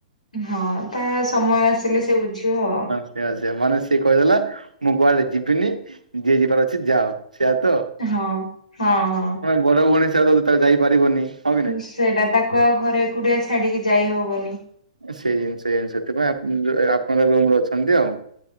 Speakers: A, on the left (about 75°); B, on the right (about 85°).
A: ହଁ ତା ସମୟ ଆସିଲେ ସେ ବୁଝିବ।
B: ସେଇଆ ସେଇଆ ମାନେ ସିଏ କହିଦେଲା ମୁଁ କୁଆଡେ ଯିବିନି ଯିଏ ଯିବାର ଅଛି ଯାଅ ସେଇଆ ତ।
A: ହଁ ହଁ ହଁ।
B: ବଡ଼ ଭଉଣୀ ହିସାବ ରେ ତ ଯାଇପାରିବନି। ହଁ କି ନାଇଁ?
A: ସେଇଟା ତାକୁ ଆଉ ଘରେ ଏକୁଟିଆ ଛାଡିକି ଯାଇ ହବନି।
B: ସେଇ ଜିନିଷ <unintelligible> ସେଥିପାଇଁ ଆପଣଙ୍କ ରୁମରେ ଅଛନ୍ତି ଆଉ।